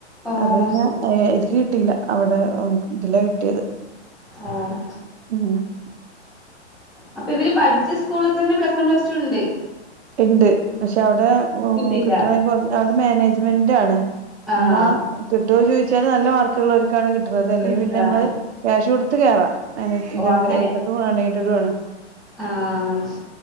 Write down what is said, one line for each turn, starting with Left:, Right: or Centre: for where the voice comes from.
Centre: ഓ
Right: അത് പിന്നാ
Centre: ശരി
Right: ഹെ എനിക്ക് കിട്ടിയില്ല അവിടെ ഇതില കിട്ടിയത്
Centre: അഹ്
Right: <unintelligible>
Centre: അപ്പൊ ഇവര് പഠിച്ച സ്കൂളിൽ തന്നെ പ്ലസ് വൺ പ്ലസ് ടു ഇണ്ട്
Right: ഇണ്ട് പക്ഷെ അവിടെ ഹെ
Centre: കിട്ടിയില്ല
Right: കിട്ടണെങ്ക അവിടെ മാനേജ്മെന്റാണ്
Centre: ആഹ്
Right: എന്നാ കിട്ടോ ചോദിച്ചാല് നല്ല മാർക്കുള്ളോർക് ക്കാണ് കിട്ടുന്നത് അല്ലെ
Centre: കിട്ട
Right: പിന്നെ നമ്മള്
Centre: അതെ
Right: ക്യാഷ് കൊടുത്ത് കേറാം ഇതുണ്ട്
Centre: ഓ അങ്ങനെ
Right: അയിന്റെ പ്പം എണീറ്റടുണ്
Centre: ആഹ്